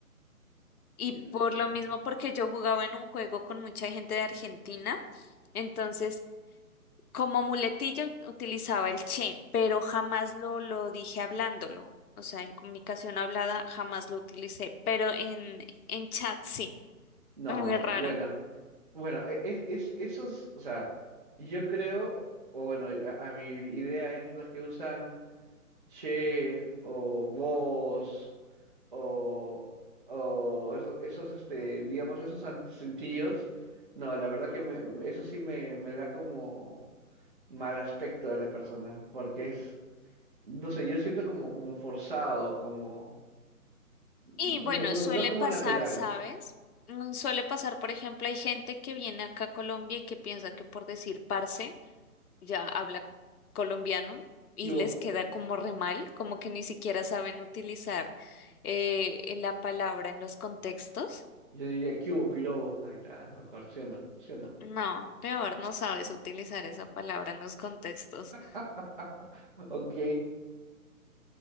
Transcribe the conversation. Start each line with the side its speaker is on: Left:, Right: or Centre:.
Left: Y
Right: ya.
Left: por
Right: No,
Left: lo mismo, porque yo jugaba en un juego con mucha gente de Argentina, entonces como muletilla ut- utilizaba el che, pero jamás lo, lo dije hablándolo. O sea, en comunicación hablada jamás lo utilicé, pero en, en chat sí.
Right: No,
Left: muy raro.
Right: bueno. Bueno, e- es, es, esos, o sea, yo creo, o bueno, a, a mi idea es los que usan. Che o vos o, o eso- esos, este, digamos, esos antecentillos, no, la verdad que me- eso sí me, me da como mal aspecto de la persona, porque es, no sé, yo siento como, como forzado, como, no,
Left: Y bueno,
Right: no,
Left: suele
Right: no como
Left: pasar,
Right: natural.
Left: ¿sabes? Mm, Suele pasar, por ejemplo, hay gente que viene acá a Colombia y que piensa que por decir parce ya habla colombiano y
Right: ¿Qué hubo?
Left: les queda como re mal, como que ni siquiera saben utilizar eh, eh, la palabra en los contextos.
Right: Yo diría, ¿qué hubo, pirobo? Ahí está, mejor, ¿sí o no? ¿Sí o no?
Left: No, peor, no sabes utilizar esa palabra en los contextos.
Right: <laughs> Ok.